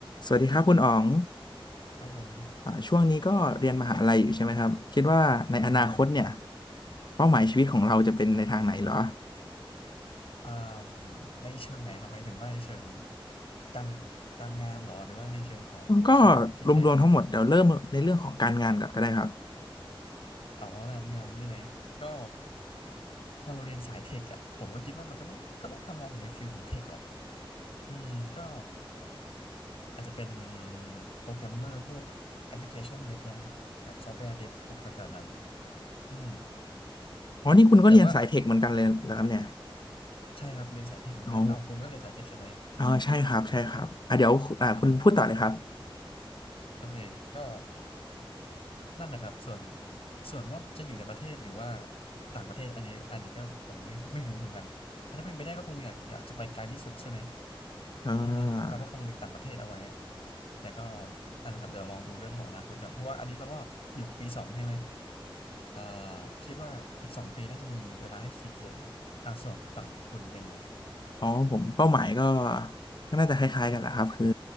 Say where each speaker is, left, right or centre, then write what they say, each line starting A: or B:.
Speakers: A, on the left; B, on the left.
A: สวัสดีครับคุณอ๋อง
B: ครับผม
A: อ่าช่วงนี้ก็เรียนมหาลัยอยู่ใช่ไหมครับคิดว่าในอนาคตเนี่ย
B: อือฮึ
A: เป้าหมายชีวิตของเราจะเป็นในทางไหนเหรอ
B: อ่าในเชิงไหนครับหมายถึงว่าในเชิงการการงานเหรอหรือว่าในเชิงของชีวิตที่ใช้ต่อไป
A: ก็รวมๆทั้งหมดเดี๋ยวเริ่มในเรื่องของการงานก่อนก็ได้ครับ
B: อ๋อการงานใช่ไหมก็พอเราเรียนสายเทคอ่ะผมก็คิดว่ามันต้องต้องก็ต้องทำงานอยู่ในฟิลของเทคแหละอืมก็อาจจะเป็นโปรแกรมเมอร์พวกแอปพลิเคชันเดฟมั้งแบบซอฟต์แวร์เดฟพวกแถวๆนั้นอืม
A: อ๋อนี่คุณก็เรียนสายเทคเหมือนกันเลยเหรอครับเนี่ย
B: แต่ว่าใช่ครับเรียนสายเทคเหมือนกันอ้าวคุณก็เรียนสายเทคใช่ไหม
A: อ๋ออ๋อใช่ครับใช่ครับอ่ะเดี๋ยวอ่าคุณพูดต่อเลยครับ
B: อ๋อโอเคก็ นั่นแหละครับส่วนส่วนว่าจะอยู่ในประเทศหรือว่าต่างประเทศอันนี้อันนี้ก็คงไม่ไม่รู้เหมือนกันแต่ถ้าเป็นไปได้ก็คงอยากอยากจะไปไกลที่สุดใช่ไหม
A: อ่า
B: อือฮึเราก็คงหลีกต่างประเทศเอาไว้แต่ก็นั่นแหละครับเดี๋ยวลองดูเรื่องของอนาคตก่อนเพราะว่าอันนี้เราก็อยู่ปีสองใช่ไหมเอ่อคิดว่าอีกสองปีน่าจะมีเวลาให้คิดเยอะอยู่อ่ะส่วนฝั่งคุณเป็นไงครับ
A: อ๋อผมเป้าหมายก็ก็น่าจะคล้ายๆกันแหละครับคือ
B: อือฮึ